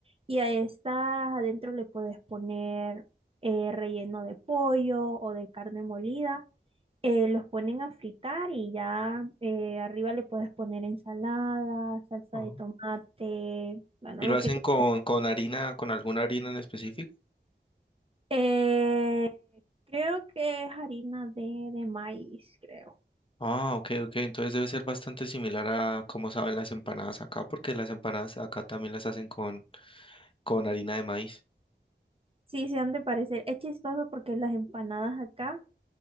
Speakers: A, on the right; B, on the left.
A: Y a estas adentro le puedes poner eh, relleno de pollo o de carne molida. Eh, los ponen a fritar y ya eh, arriba le puedes poner ensalada, salsa
B: Oh.
A: de tomate, bueno,
B: ¿Y
A: lo
B: lo hacen
A: que tú...
B: con, con harina, con alguna harina en específico?
A: Eh, creo que es harina de, de maíz, creo.
B: Ah, ok, ok. Entonces debe ser bastante similar a cómo saben las empanadas acá, porque las empanadas acá también las hacen con, con harina de maíz.
A: Sí, se han de parecer. Es chistoso porque las empanadas acá